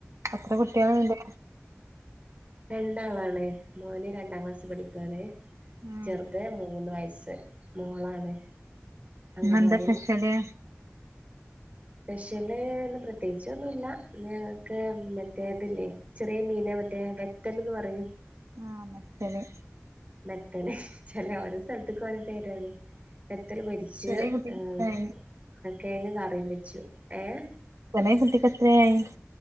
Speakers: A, on the right (about 85°); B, on the right (about 30°).
A: എത്ര കുട്ട്യള്ണ്ട്.
B: രണ്ടാളാണ് മോന് രണ്ടാം ക്ലാസ് പഠിക്കാണ്.
A: ഉം
B: ചെർത് മൂന്ന് വയസ്സ് മോളാണ്. അംഗൻവാടിയിലാണ്
A: ന്നെന്താ സ്‌പെഷല്.
B: പെഷ്യല് ന്ന് പ്രത്യേകിച്ചൊന്നുല്ല ഇന്ന് ഞങ്ങക്ക് മറ്റേതില്ലേ. ചെറ്യേ മീനെ മറ്റേ വെത്തൽന്ന് പറയും.
A: ആഹ് മെത്തല്.
B: മെത്തല് ചലോ ഓരോ സൽത്ത്ക്കോരോ പേരാണ് മെത്തൽ പൊരി ച്ച്
A: ചെറിയ കുട്ടിക്ക്
B: ഏഹ്
A: എത്രയായി
B: കേങ്ങ് കറിം വെച്ചു ഏഹ്.
A: കൊനെ കുട്ടിക്കത്രയായി.